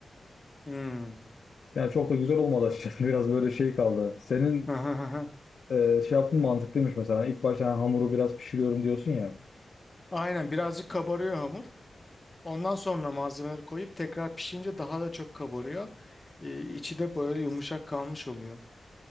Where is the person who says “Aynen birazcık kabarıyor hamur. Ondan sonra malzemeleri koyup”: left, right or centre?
Left